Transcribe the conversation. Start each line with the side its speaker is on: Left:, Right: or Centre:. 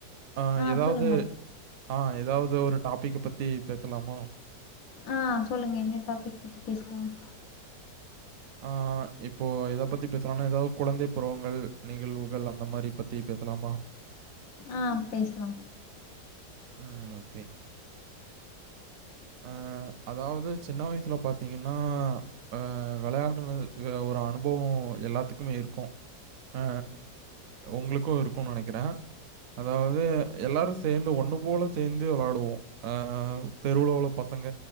Right: அ
Left: ஆ
Right: எதாவது
Left: சொல்லுங்க
Right: ஆ எதாவது ஒரு டாப் டிக்கு பத்தி பேசலாமா
Left: ஆ சொல்லுங்க என்ன டாபிக் பத்தி பேசலாம்
Right: ஆ இப்போ எத பத்தி பேசலான ஏதாவது குழந்தை பருவங்கள் நிகழ்வுகள் அந் அந்த மாரி பத்தி பேசலாமா
Left: ஆ பேசலா
Right: ம் ஓகே ஆ அதாவது சின்ன வயசுல பாத்தீங்கன்னா ஆ விளையாடுனது வே ஒரு அனுபவோ எல்லாத்துக்குமே இருக்கூ ஆ உங்களுக்கு இருக்குனு நனைக்கிற அதாவது எல்லாரு சேந்து ஒண்ணு ஓல சேர்ந்தே வலாடுவோ ஆ தெருவுளயுள்ள பசங்க